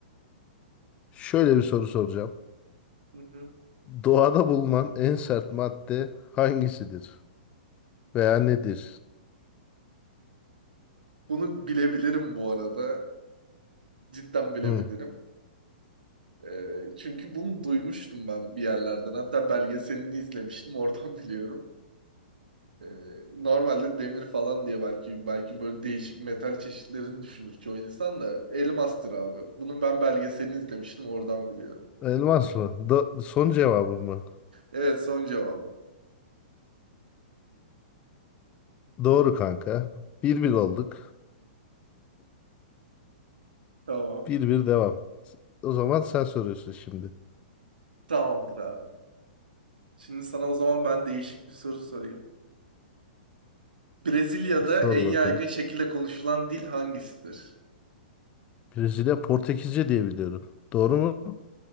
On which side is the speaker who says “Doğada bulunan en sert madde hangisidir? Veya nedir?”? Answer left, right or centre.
Left